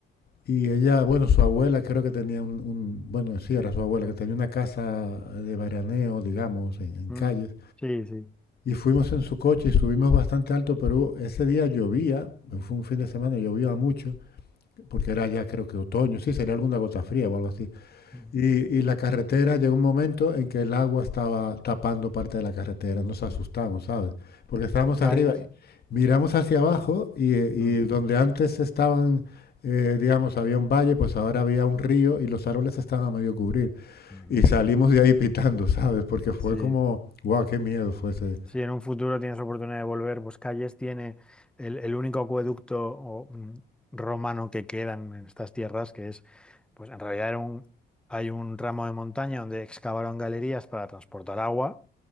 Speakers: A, on the left; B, in the centre.
A: y ella, bueno, su abuela creo que tenía un, un- bueno, sí, era su abuela, que tenía una casa de veraneo, digamos, en, en
B: mm.
A: calles.
B: Sí, sí.
A: Y fuimos en su coche y subimos bastante alto, pero ese día llovía, fue un fin de semana, llovía mucho, porque era ya creo que otoño, sí, sería alguna gota fría o algo así.
B: Mm,
A: Y, y la carretera llegó un momento en que el agua estaba tapando parte de la carretera, nos asustamos,
B: mm.
A: ¿sabes? Porque estábamos
B: Calles.
A: arriba, miramos hacia abajo y, y
B: Mm,
A: donde antes estaban, eh, digamos, había un valle, pues ahora había un río y los árboles estaban a medio cubrir.
B: mm.
A: Y salimos de ahí pitando, ¿sabes? Porque fue
B: Sí.
A: como, wow, qué miedo fue ese.
B: Si en un futuro tienes oportunidad de volver, pues Calles tiene el, el único acueducto o, mm, romano que quedan en estas tierras, que es, pues en realidad era un- hay un ramo de montaña donde excavaron galerías para transportar agua